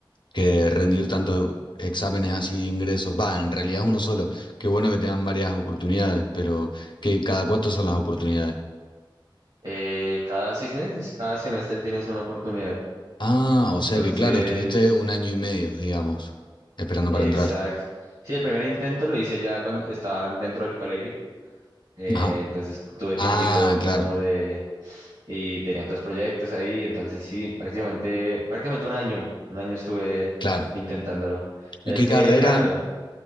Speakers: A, on the left; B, on the right.
A: que rendir tantos exámenes así de ingresos. Va, en realidad es uno solo. Qué bueno que te dan varias oportunidades, pero que cada cuánto son las oportunidades.
B: Eh, cada seis meses, cada semestre tienes una oportunidad.
A: Ah, o
B: Entonces,
A: sea que claro, estuviste un año y medio, digamos, esperando
B: exacto.
A: para entrar.
B: Sí, el primer intento lo hice ya cuando estaba dentro del colegio. eh,
A: Ajá.
B: entonces tuve
A: Ah,
B: tiempito
A: claro,
B: como de... Y tenía otros proyectos ahí. Entonces, sí, prácticamente, prácticamente un año. Un año estuve
A: claro.
B: intentándolo.
A: ¿Y
B: Es
A: qué
B: que,
A: carrera?
B: claro,